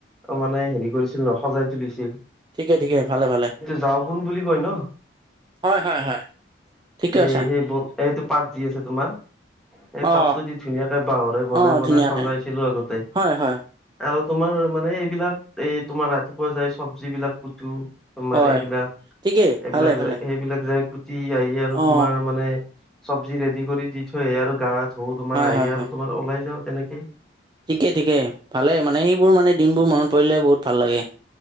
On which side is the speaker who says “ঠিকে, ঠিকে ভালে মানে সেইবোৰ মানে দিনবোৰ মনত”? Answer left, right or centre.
Right